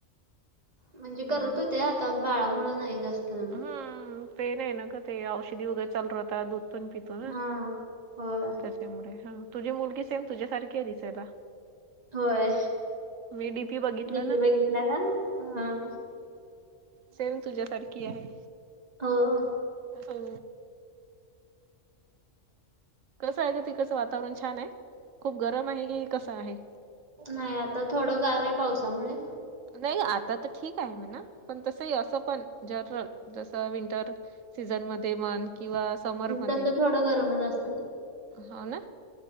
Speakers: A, on the right; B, on the right.
A: म्हणजे
B: हम्म
A: करत होत्या आता बाळा मुंळ नाही जास्त जमत.
B: हम्म, ते नाही ना ग ते औषधी वगैरे चालू राहता, दूध पण पितो ना,
A: हा होय
B: त्या त्यामुळे हा, तुझी मुलगी सेम तुझ्यासारखी ये दिसायला.
A: होय,
B: मी डीपी बघितला
A: डी
B: ना
A: पी बघितला का? हां.
B: सेमं तुझ्यासारखी आहे.
A: हो हो.
B: हो. कसं आहे ग तिकडचं वातावरण छान हाय, खूप गरम आहे की कसं आहे?
A: नाही आता थोडं गार आहे पावसामुळे.
B: नाही आता तर ठीक आहे म्हणा, पण तसंही असो पण जनरल जस विंटर सीझन मध्ये मन किंवा समर म
A: तस थोडं गरमच असतय.
B: हाव ना.